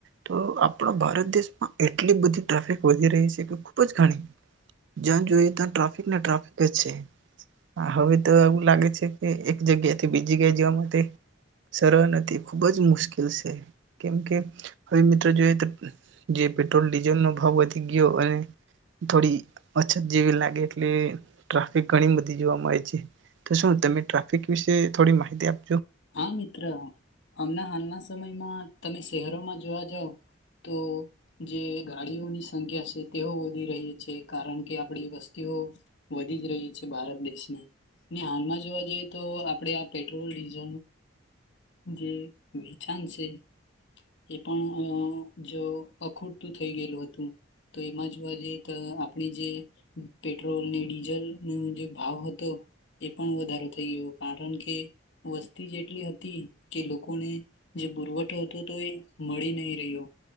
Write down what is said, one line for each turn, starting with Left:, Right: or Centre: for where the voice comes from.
Right: તો આપણા ભારત દેશમાં એટલી બધી ટ્રાફિક વધી રહી છે કે ખુબ જ ગાડી જ્યા જોઈએ તા. ને ટ્રાફિક જ છે. હવે તો એવું લાગે છે. એ એક જગ્યાથી બીજી જગ્યા જવા માટે સરળ નથી ખુબ જ મુ મુશ્કેલ સે. કેમ કે હવે મિત્રો જોઈએ તો જે પેટ્રોલ ડીઝલ નો ભાવ વધી ગય ગયો અને થોડી અછત જેવી લાગે એટલે ટ્રાફિક ઘણી બધી જોવા મળે છે તો શું તમે ટ્રાફિક વિશે થોડી માહિત આપ
Left: હા મિત્ર અમના હાલના સમયમાં તમે શહેરોમાં જોવા જાાવ તો જે ગાડીઓની સંખ્યા છે તેઓ વધી રહી છે કારણ કે આપણી વસ્તીઓ વધી જ રહી છે ભારત દેશની ને હાલમાં જોવા જઈએ તો આપણે આ પેટ્રોલ ડીઝ જ જે વિછાણ છે. એ પણ જો અખૂટતું થઈ ગયેલું હતું તો એમાં જોવા જઈએ તો આપણે જે પેટ્રોલ ને ડીઝલ ન જે ભાવ હતો એ પણ વધારો થઈ ગયો કારણ કે વસ્તી જેટલી હતી કે લોકોને જે પુરવઠ તો તો એ મળી નહી રહ્યો